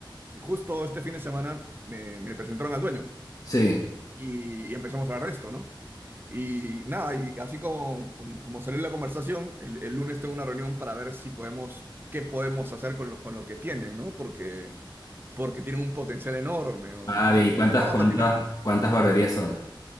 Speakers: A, on the right; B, on the left.
A: Y justo este fin de semana me, me presentaron al dueño.
B: Sí.
A: y, y empezamos a hablar de esto, ¿no? Y nada, y así como, como, como salió la conversación, el, el lunes tengo una reunión para ver si podemos, qué podemos hacer con lo, con lo que tienen, ¿no? Porque, porque tienen un potencial enorme. o-
B: Ah,
A: ah,
B: bien. ¿Y
A: y
B: cuántas,
A: empezamos
B: cuántas,
A: a tirar.
B: cuántas barberías son?